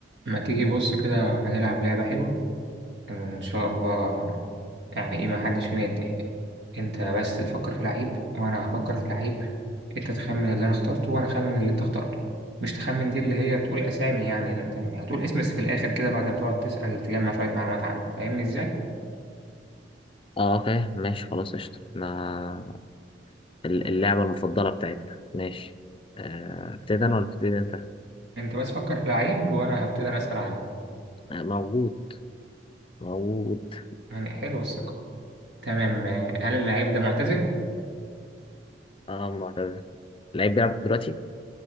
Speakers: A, on the right (about 70°); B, on the left (about 30°).
A: ما تيجي بص كده هنلعب لعبة حلوة آه، إن شاء الله يعني إيه ما حدش فينا يتضايق أنت بس تفكر في لعيب وأنا هفكر في لعيب أنت تخمن اللي أنا اخترته وأنا أخمن اللي أنت اخترته مش تخمن دي اللي هي تقول أسامي يعني أنت يعني هتقول اسم بس في الآخر كده بعد ما تقعد تسأل تجمع شوية معلومات عنه فاهمني إزاي؟
B: اه فاهم ماشي خلاص قشطة ما ال- اللعبة المفضلة بتاعتنا ماشي آه، ابتدي انا ولا ابتدي انت؟
A: أنت بس فكر في لعيب وأنا هبتدي أنا أسأل عليه
B: آه، موجود موجود
A: يعني حلوة الثقة تمام آه، هل اللعيب ده معتزل؟
B: اه معتزل اللعيب بيلعب دلوقتي